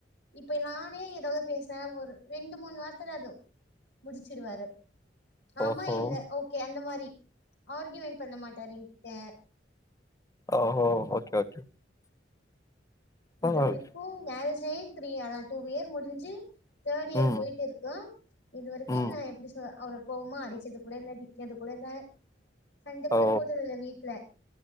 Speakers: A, on the left (about 70°); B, on the left (about 20°).
A: இப்ப நானே ஏதாவது பேசனா ஒரு ரெண்டு மூணு வார்த்த தா அது முடிச்சிடுவாரு ஆமா
B: ஓஹோ
A: இல்ல ஓகே அந்த மாரி ஆர்கி‌யுமெண்ட் பண்ண மாட்டாரு எங்கிட்ட
B: ஓ ஓ ஓகே ஓகே பரவால்ல
A: இது வரைக்கு மேரேஜ் <unintelligible> த்ரீா ஆனா டூ இயர் முடிஞ்சு தேட் இயர்
B: ம்
A: போயிட்டு இருக்கோ இதுவரைக்கு
B: ம்
A: நா எப்டி சொல்றது அவர கோபமா அடிச்சது கூட இல்ல திடிக்கது கூட இல்ல சண்ட கூட
B: ஓ
A: போட்டது இல்ல வீட்ல